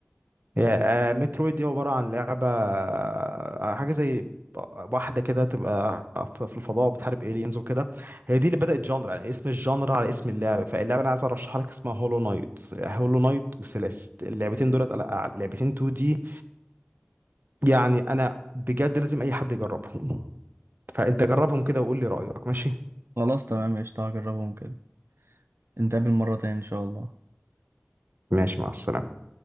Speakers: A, on the right; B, on the right.
A: هي آه، مترويد دي عباره عن لعبه آه، حاجه زي واحده كده تبقى في في الفضاء بتحارب الينز وكده هي دي اللي بدات جانر يعني اسم الجانر على اسم اللعبه فاللعبه انا عايز ارشحها لك اسمها هولو نايت هولو نايت وسيليست اللعبتين دولت ألا- لعبتين 2 دي يعني انا بجد لازم اي حد يجربهم <laughs> فانت جربهم كده وقول لي رايك ماشي
B: خلاص تمام قشطة هجربهم كده نتقابل مرة تاني إن شاء الله
A: ماشي مع السلامه